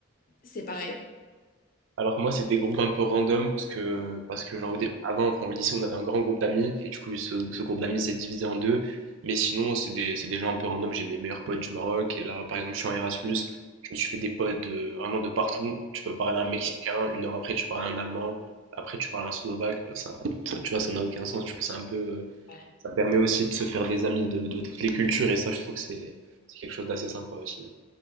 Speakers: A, on the left (about 45°); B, on the right (about 70°).
A: séparés?
B: Alors que moi, c'est des groupes un peu random parce que, parce que genre, au dé-
A: Mm.
B: avant, enfin, au lycée, on avait un grand groupe d'amis et du coup, ce, ce groupe d'amis s'est divisé en deux. Mais sinon, c'est des, c'est des gens un peu random. J'ai mes meilleurs potes du Maroc et là, par exemple, je suis en Erasmus. Je me suis fait des potes de, vraiment de partout. Tu peux parler à un Mexicain, une heure après, tu parles à un Allemand, après, tu parles à un Slovaque. Bref, ça, ça, tu vois, ça n'a aucun sens. Du coup, c'est un peu, euh,
A: Ouais.
B: ça permet aussi de se faire des amis de, de toutes les cultures et ça, je trouve que c'est c'est quelque chose d'assez sympa aussi.